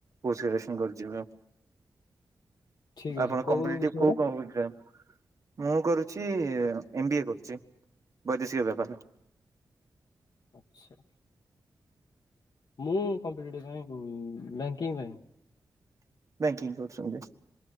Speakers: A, on the right; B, on the left.
A: ପୋଷ୍ଟ ଗ୍ରାଜୁଏସନ୍ କରିଚିଏବେ
B: ଠିକ
A: ଆପଣ
B: ଅଛି କୋଉ
A: କମ୍ପିଟି
B: ବିଷୟରେ
A: କଉ କମ୍ପିଟିରେ? ମୁଁ କରୁଚି ଏମ୍ ବି ଏ କରୁଚି ବୈଦେଶିକ ବେପାର।
B: ଆଚ୍ଛା। ମୁଁ କମ୍ପିଡିଟି କ୍ୟାଙ୍କି ପାଇଁ।
A: ବ୍ୟାଙ୍କିଙ୍ଗ କରୁଚନ୍ତି।